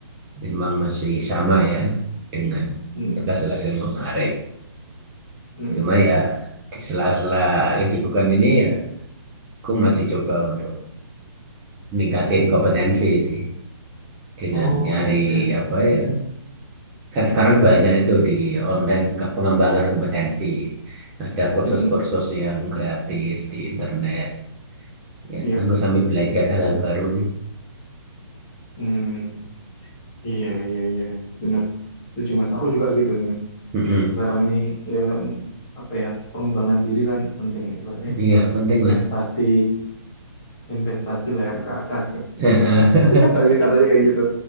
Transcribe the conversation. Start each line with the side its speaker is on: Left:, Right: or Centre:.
Right: memang masih sama ya dengan
Left: Mm-mm.
Right: tugas-tugas yang kemarin.
Left: Mm-mm.
Right: Cuma ya di sela-sela kesibukan ini ya aku masih coba untuk meningkatin kompetensi sih dengan
Left: Oh,
Right: nyari
Left: oke.
Right: apa ya Kan sekarang banyak itu di online ke- pengembangan kompetensi. Ada kursus-kursus
Left: Mm-mm.
Right: yang gratis di internet. Ya,
Left: Iya.
Right: aku sambil belajar hal-hal baru nih.
Left: Mm. Iya, iya, iya. Bener. Setuju Mas. Aku juga gitu sih, Mas.
Right: Mm-mm.
Left: Sekarang ini ya mm, apa ya, pengembangan diri kan penting ya. Ibaratnya
Right: Iya, penting
Left: investasi
Right: lah.
Left: investasi leher ke atas
Right: Eh, eh.
Left: katanya
Right: <laughs>
Left: katanya kayak gitu